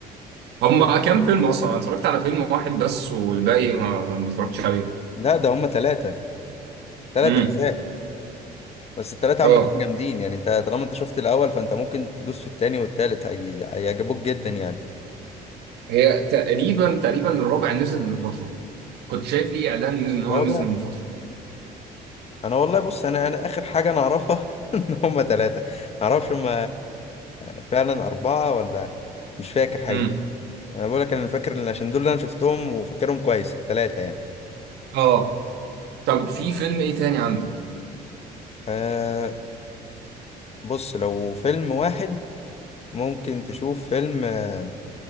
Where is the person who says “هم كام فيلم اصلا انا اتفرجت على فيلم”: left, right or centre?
Right